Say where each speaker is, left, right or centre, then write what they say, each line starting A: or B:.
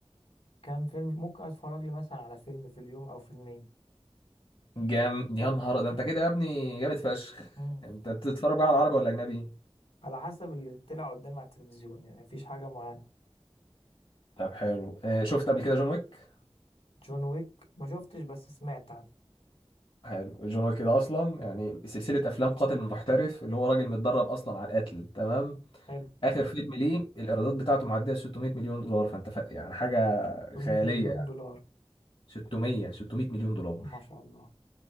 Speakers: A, on the left (about 80°); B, on the left (about 60°).
A: كام فيلم ممكن اتفرج لي مثلا على فيلم في اليوم او فيلمين
B: جام يا نهار ده انت كده يا ابني جامد فشخ
A: مم.
B: انت بتتفرج بقى على عربي ولا اجنبي
A: على حسب اللي طلع قدامي على التلفزيون يعني مفيش حاجه معينه
B: طب حلو آه شفت قبل كده جون ويك
A: جون ويك ما شفتش بس سمعت عنه
B: حلو جون ويك ده اصلا يعني سلسله افلام قاتل محترف اللي هو راجل متدرب اصلا على القتل تمام
A: حلو
B: اخر فيلم ليه الايرادات بتاعته معديه 600 مليون دولار فانت ف... يعني حاجه
A: 300
B: خياليه يعني
A: مليون دولار
B: 600 600 مليون دولار
A: ما شاء الله